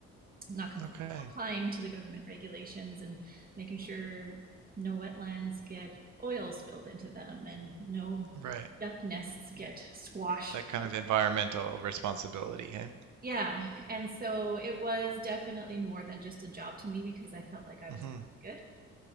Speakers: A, on the right; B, on the right.
A: not conforming,
B: Okay.
A: complying to the government regulations and making sure no wetlands get oil spilled into them and no
B: Right.
A: duck nests get squashed
B: That kind
A: while
B: of environmental responsibility, hey?
A: Yeah, and so it was definitely more than just a job to me because I felt like I
B: hmm
A: was doing good.